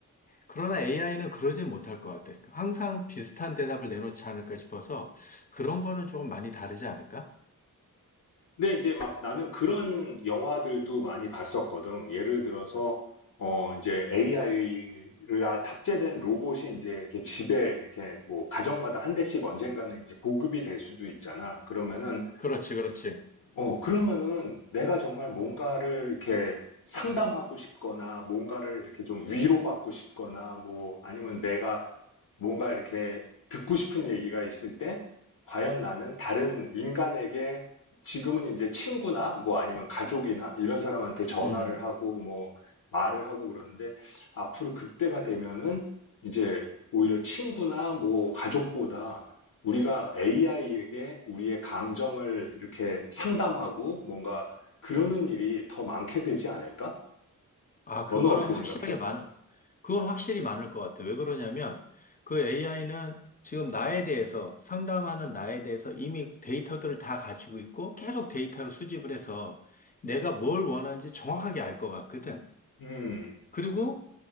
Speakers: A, on the left (about 25°); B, on the left (about 75°).
A: 그러나 AI는 그러진 못할 것 같아. 항상 비슷한 대답을 내놓지 않을까 싶어서 그런 거는 조금 많이 다르지 않을까?
B: 근데 이제 막 나는 그런 영화들도 많이 봤었거든. 예를 들어서 어 이제 AI가 탑재된 로봇이 이제 이렇게 집에 이렇게 뭐 가정마다 한 대씩 언젠가는 이제 보급이 될 수도 있잖아. 그러면은
A: 그렇지, 그렇지.
B: 어, 그러면은 내가 정말 뭔가를 이렇게 상담하고 싶거나 뭔가를 이렇게 좀 위로받고 싶거나 뭐 아니면 내가 뭔가 이렇게 듣고 싶은 얘기가 있을 때 과연 나는 다른 인간에게 지금은 이제 친구나 뭐 아니면 가족이나 이런 사람한테 전화를
A: 음. 음.
B: 하고 뭐 말을 하고 그러는데 앞으로 그때가 되면은 이제 오히려 친구나 뭐 가족보다 우리가 AI에게 우리의 감정을 이렇게 상담하고 뭔가 그러는 일이 더 많게 되지 않을까?
A: 아, 그거는
B: 너는 어떻게
A: 확실하게
B: 생각해?
A: 많을, 그건 확실히 많을 것 같아. 왜 그러냐면, 그 AI는 지금 나에 대해서, 상담하는 나에 대해서 이미 데이터들을 다 가지고 있고, 계속 데이터를 수집을 해서 내가 뭘 원하는지 정확하게 알 것 같거든.
B: 음,
A: 그리고